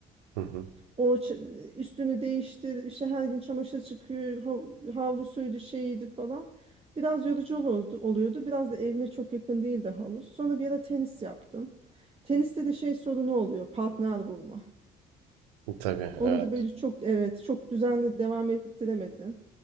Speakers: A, on the right (about 80°); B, on the right (about 30°).
A: Hı hı.
B: O ç- üstünü değişti, işte her gün çamaşır çıkıyor, hav- havlusuydu, şeyiydi falan. Biraz yorucu olurdu, oluyordu. Biraz da evime çok yakın değildi havuz. Sonra bir ara tenis yaptım. Teniste de şey sorunu oluyor, partner bulma.
A: Tabii
B: Onu
A: evet.
B: da böyle çok evet çok düzenli devam ettiremedim.